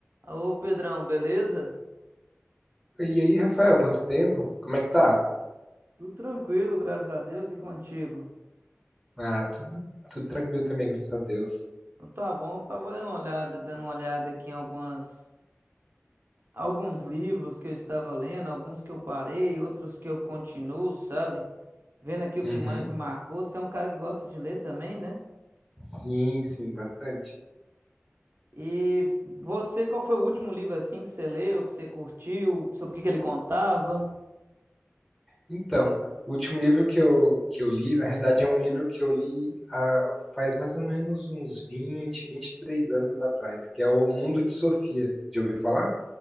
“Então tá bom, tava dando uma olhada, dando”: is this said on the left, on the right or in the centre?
Right